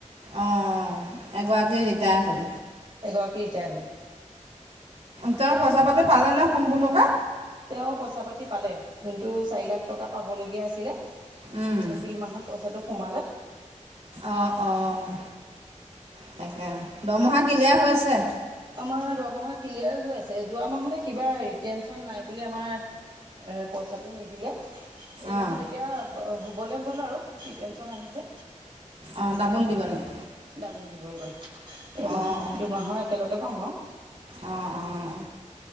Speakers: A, on the right; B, on the right.
A: অ', অ', অ'। এগৰাকী ৰিটায়াৰ হ'ল।
B: এগৰাকী ৰিতাই হ'ল।
A: তেওঁ পইচা পাতি পালে নে সম্পূৰ্ণকে?
B: তেওঁ পইচা পাতি পালে। যোনটো চাৰি লাখ টকা পাবলগীয়া আছিলে
A: উম
B: এপ্ৰিল মাহত পইচাটো সোমালে।
A: অ', অ', তাকে। দৰমহা কিলিয়াৰ হৈ আছে?
B: আমাৰ দৰমহা ক্লিয়াৰ হৈ আছে, যোৱা মাহতে কিবা ৰিপেনচন নাই বুলি আমাৰ এ, পইচাটো নিদিলে। এই
A: অঁ
B: মাহত এতিয়া হ'বলে হ'ল আৰু কি টেনচন আহিছে।
A: অ', ডাবল দিব নেকি?
B: ডাবোল দিব এইবাৰ। এইমাহত
A: অঁ
B: দুমাহৰ একেলগে পাম আৰু।
A: অ', অ'।